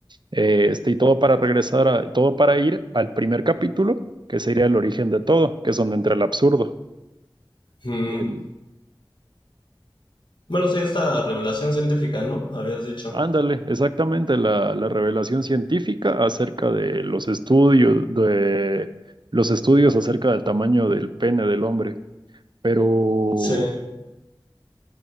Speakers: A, on the right; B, on the left.
A: Eh, este, y todo para regresar a, todo para ir al primer capítulo, que sería el origen de todo, que es donde entra el absurdo.
B: Mm,
A: El,
B: Bueno, sí, esta revelación científica, ¿no? Habías dicho.
A: Ándale, exactamente la, la revelación científica acerca de los estudios, de los estudios acerca del tamaño del pene del hombre. Pero, ujú,
B: Sí.